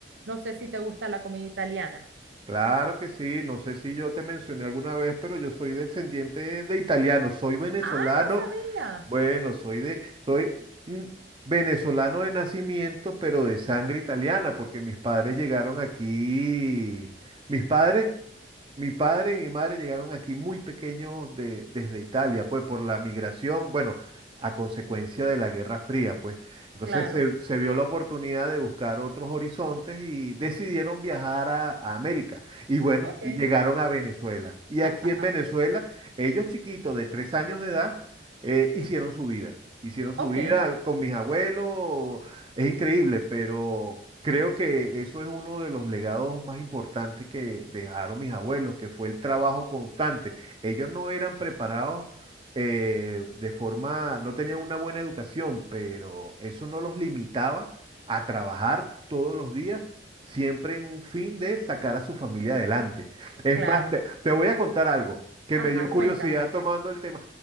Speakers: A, on the right; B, on the right.
A: No sé si te gusta la comida italiana.
B: Claro que sí. No sé si yo te mencioné alguna vez, pero yo soy descendiente de italiano, soy venezolano.
A: Ay, no sabía.
B: Bueno, soy de, soy mm, venezolano de nacimiento, pero de sangre italiana, porque mis padres llegaron aquí. Mis padres Mi padre y mi madre llegaron aquí muy pequeños de- desde Italia, pues por la migración, bueno, a consecuencia de la Guerra Fría, pues. Entonces
A: Claro,
B: se, se vio la oportunidad de buscar otros horizontes y decidieron viajar a, a América. Y bueno,
A: ok.
B: y llegaron
A: <laughs>
B: a Venezuela. Y aquí
A: Ajá.
B: en Venezuela, ellos chiquitos de tres años de edad, eh, hicieron su vida. Hicieron su
A: Ok,
B: vida con mis abuelos, es increíble, pero creo que eso es uno de los legados más importantes que dejaron mis abuelos, que fue el trabajo constante. Ellos no eran preparados eh, de forma, no tenían una buena educación, pero eso no los limitaba a trabajar todos los días, siempre en un fin de sacar a su familia adelante. Es
A: claro.
B: más, te, te voy a contar algo que
A: Ajá,
B: me dio curiosidad
A: cuéntame.
B: tomando el tema.